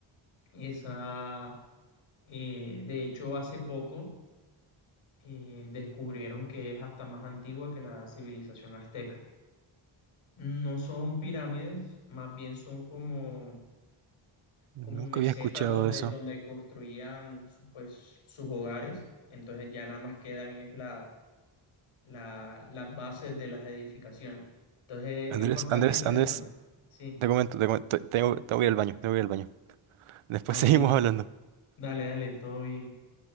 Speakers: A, on the left (about 80°); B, on the right (about 80°).
A: Esa, eh, de hecho, hace poco eh, descubrieron que es hasta más antigua que la civilización azteca. No son pirámides, más bien son como, como
B: Nunca
A: mesetas
B: había escuchado
A: donde,
B: de eso.
A: donde construían sus, pues, sus hogares. Entonces ya nada más quedan es la, la- las bases de las edificaciones. Entonces
B: Andrés,
A: es bastante
B: Andrés,
A: interesante.
B: Andrés,
A: Sí,
B: Te comento, te comento, tengo, tengo que ir al baño, tengo que ir al baño. Después
A: vale,
B: <laughs> seguimos
A: listo.
B: hablando.
A: Dale, dale, todo bien.